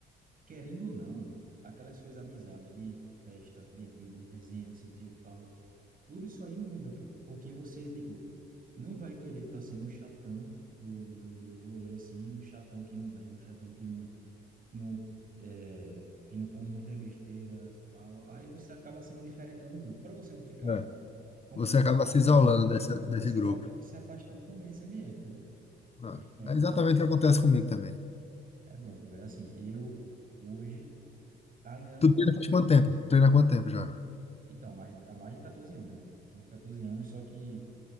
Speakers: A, on the right; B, on the left.
A: querendo ou não, aquelas suas amizades de festa, de bebida, de resenha, não sei o que e tal Tudo isso aí muda, pô. Porque você, tipo, não vai querer estar sendo o chatão do, do, do rolê, assim, o chatão que não bebe, o chatão que não, que não, é, que não come muitas besteiras, tal. Aí você acaba sendo diferentando o grupo. Para você não ficar
B: É.
A: como
B: Você
A: um de
B: acaba
A: fato
B: se isolando
A: negativo,
B: dessa, desse
A: você
B: grupo.
A: acaba meio que se afastando também desse ambiente, entendeu?
B: Ah,
A: E realmente
B: é exatamente
A: é,
B: o que acontece comigo também.
A: é bronca, velho. Assim, eu hoje ainda
B: Tu
A: não tô...
B: treina faz quanto tempo? Treina há quanto tempo já?
A: Então, mais, há mais de 14 anos, velho. Mais de 14 anos, só que